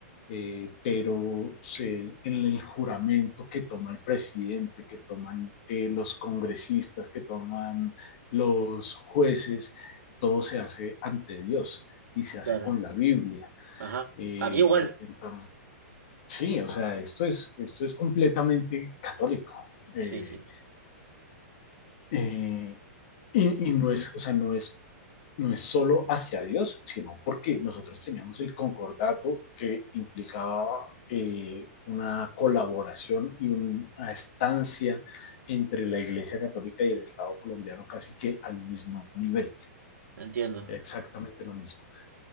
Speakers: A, on the left; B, on the right.
A: eh, pero se, en el juramento que toma el presidente, que toman eh, los congresistas, que toman los jueces, todo se hace ante Dios y se hace
B: claro.
A: con la Biblia.
B: Ajá,
A: Eh,
B: aquí igual,
A: entonces, sí, o sea, esto es, esto es completamente católico. Eh,
B: sí, sí,
A: eh, Y, y, no es, o sea, no es no es solo hacia Dios, sino porque nosotros teníamos el concordato que implicaba eh, una colaboración y una estancia entre la Iglesia Católica y el Estado colombiano casi que al mismo nivel,
B: entiendo.
A: era exactamente lo mismo.